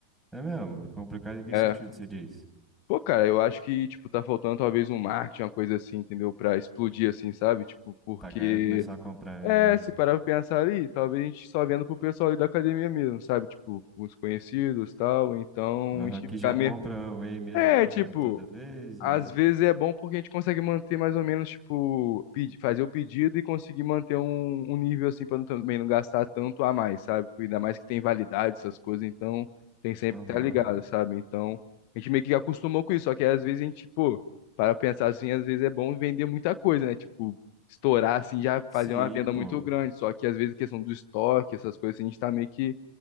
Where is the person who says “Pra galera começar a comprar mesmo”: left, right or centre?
Centre